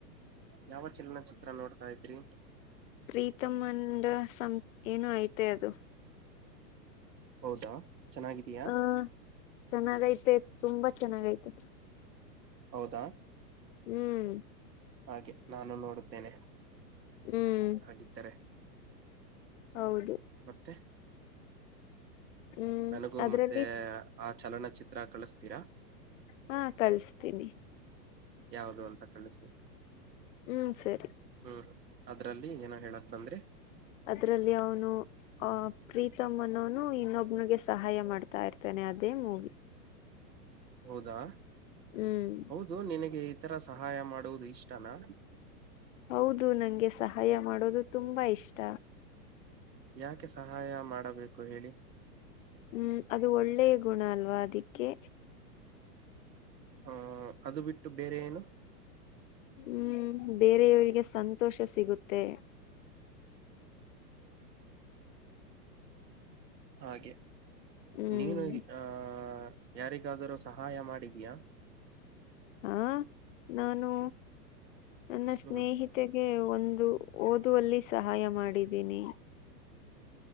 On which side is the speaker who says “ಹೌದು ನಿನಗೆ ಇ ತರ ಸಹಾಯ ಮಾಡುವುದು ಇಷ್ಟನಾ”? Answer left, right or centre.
Right